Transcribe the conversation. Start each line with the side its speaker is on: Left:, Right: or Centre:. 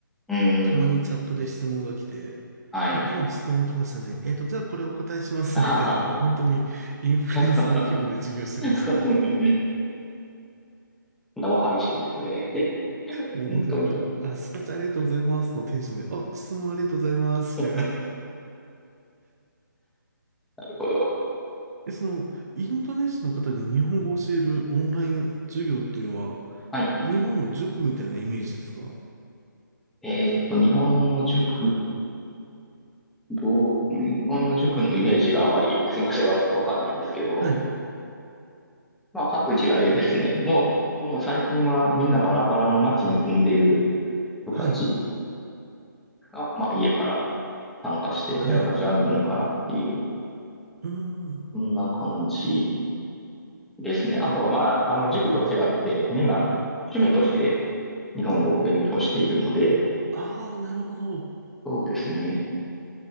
Centre: うーん、
Right: たまにチャットで質問が来て、
Centre: はい。
Right: あ、今質問来ましたね。えっと、じゃあこれお答えします。
Centre: あは
Right: みたいな、もう本当にインフルエンサー気分で授業してました。
Centre: は本当に。生配信ですね。
Right: もう本当になんか、
Centre: 本当に。
Right: あ、スパチャありがとうございますのテンションで、あ、質問ありがとうございます。
Centre: <laughs>
Right: みたいな
Centre: なるほど。
Right: え、その、インドネシアの方に日本語を教えるオンライン授業っていうのは、
Centre: はい。
Right: 日本の塾みたいなイメージですか
Centre: えーっと、日本の塾、どう、日本の塾のイメージがあまり、すいません、わわかんないんですけど、
Right: はい、
Centre: まあ、各自あれですね。もう、もう最近はみんなバラバラの街に住んでいる人たち
Right: はい、
Centre: が、まあ、家から参加して、
Right: はい。
Centre: で、私は日本からっていう、
Right: うーん。
Centre: そんな感じですね。
Right: で、なんか、
Centre: あと、まあ、あの、塾と違って、みんな趣味として日本語を勉強しているので、
Right: ああ、なるほど。
Centre: そうですね。